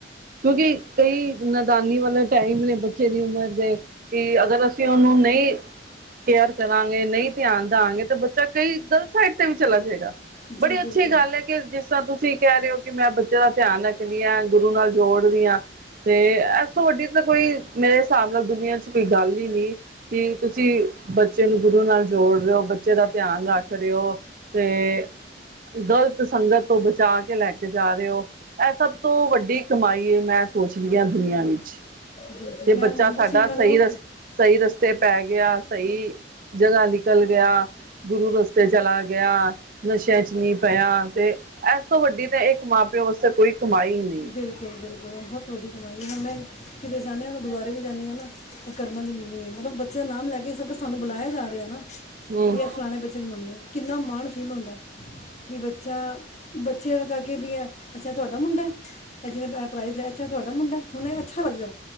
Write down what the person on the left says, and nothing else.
ਜੀ
ਬਿਲਕੁਲ
ਜੀ ਜੀ
ਮੈਂ
ਹੁਣ ਤੁਸੀਂ
ਮੰਨੋ
ਬਿਲਕੁਲ-ਬਿਲਕੁਲ ਸਭ ਤੋ ਵੱਡੀ ਕਮਾਈ ਹੈ ਹੁਣੇ ਕਿਤੇ ਜਾਂਦੀ ਹੁਣ ਗੁਰਦੁਆਰੇ ਵੀ ਜਾਂਦੀ ਹਾਂ ਨਾ ਇਹ ਕੇ ਕਰਮਾਂ ਦੀ ਮੰਮੀ ਹੈ ਮਤਲਬ ਬੱਚਿਆਂ ਦਾ ਨਾਮ ਲੈ ਕੇ ਸਾਨੂੰ ਬੁਲਾਇਆ ਜਾ ਰਿਹਾ ਹੈ ਨਾ
ਵੀ ਅ ਫਲਾਣੇ ਬੱਚੇ ਦੀ ਮੰਮੀ ਕਿੰਨਾ ਮਾਣ ਫੀਲ ਹੁੰਦਾ। ਕਿ ਬੱਚਾ ਬੱਚੇ ਤਾਂ ਗਾਗੇ ਵੀ ਹੈ ਅੱਛਾ ਤੁਹਾਡਾ ਮੁੰਡਾ। ਇਹ ਪ੍ਰਾਈਜ਼ ਲਿਆ ਤੁਹਾਡਾ ਮੁੰਡਾ ਹੁਣ ਅੱਛਾ ਲੱਗਦਾ।